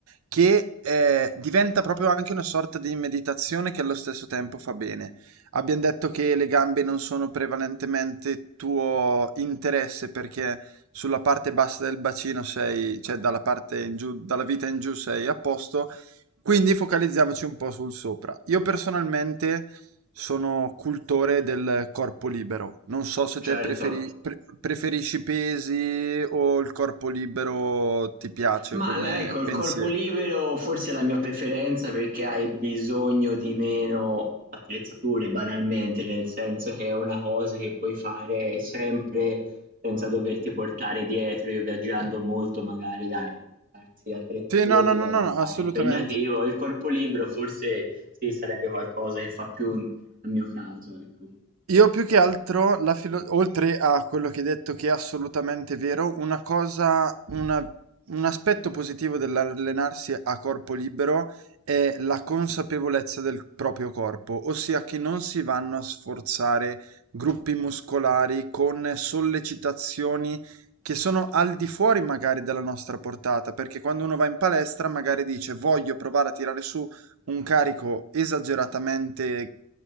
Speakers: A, on the right (about 75°); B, on the right (about 40°).
A: che eh, diventa proprio anche una sorta di meditazione che allo stesso tempo fa bene. Abbiamo detto che le gambe non sono prevalentemente tuo interesse perché sulla parte bassa del bacino sei, cioè dalla parte in giù, dalla vita in giù sei a posto, quindi focalizziamoci un po' sul sopra. Io personalmente sono cultore del corpo libero, non so se
B: Certo.
A: te preferi- pre- preferisci i pesi o il corpo libero ti piace
B: Ma
A: come
B: la ecco, il
A: pensiero.
B: corpo libero forse è la mia preferenza perché hai bisogno di meno attrezzature banalmente, nel senso che è una cosa che puoi fare sempre senza doverti portare dietro. Io viaggiando molto magari dai, portarsi attrezzature
A: Sì, no, no,
B: diventa
A: no, no, no, assolutamente.
B: impegnativo. Il corpo libero forse sì, sarebbe qualcosa che fa più al mio caso, ecco.
A: Io più che altro, la filo- oltre a quello che hai detto che è assolutamente vero, una cosa, una- un aspetto positivo dell'allenarsi a corpo libero è la consapevolezza del proprio corpo, ossia che non si vanno a sforzare gruppi muscolari con sollecitazioni che sono al di fuori magari della nostra portata, perché quando uno va in palestra magari dice voglio provare a tirare su un carico esageratamente